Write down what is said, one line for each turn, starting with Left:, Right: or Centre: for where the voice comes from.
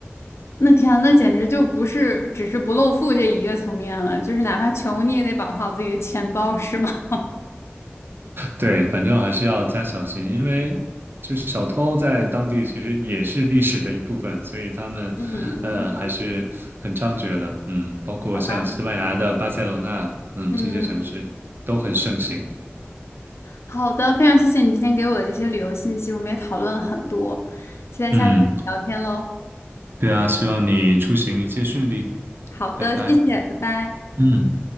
Left: 那天啊，那简直就不是只是不露富这一个层面了，就是哪怕穷你也得保护好自己的钱包，是吗？<laughs>
Right: 对，反正还是要加小心，因为就是小偷在当地其实也是历史的一部分，所以他们，
Left: 嗯嗯，
Right: 呃，还是很猖獗的。嗯，包括像西班牙的巴塞罗那，
Left: 好吧，
Right: 嗯，
Left: 嗯
Right: 这些城市都很盛行。
Left: 好的，非常谢谢你今天给我的这些旅游信息，我们也讨论了很多，期待下次再聊天喽。
Right: 嗯，对啊，希望你出行一切顺利，
Left: 好的，
Right: 拜拜。
Left: 谢谢，拜拜。
Right: 嗯。